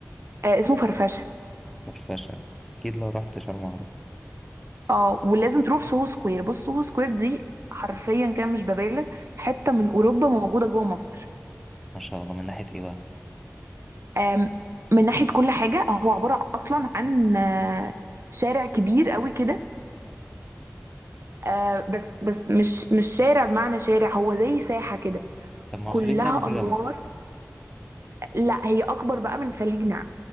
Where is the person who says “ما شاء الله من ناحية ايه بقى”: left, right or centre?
Centre